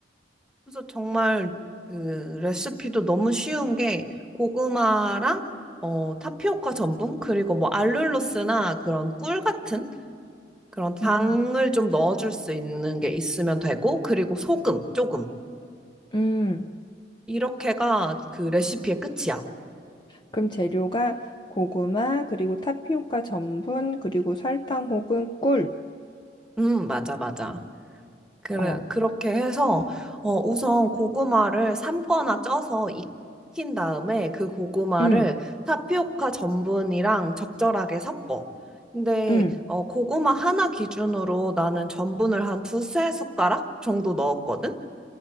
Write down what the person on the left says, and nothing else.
음.
음.
그럼 재료가 고구마, 그리고 타피오카 전분, 그리고 설탕 혹은 꿀.
어.
음.
음.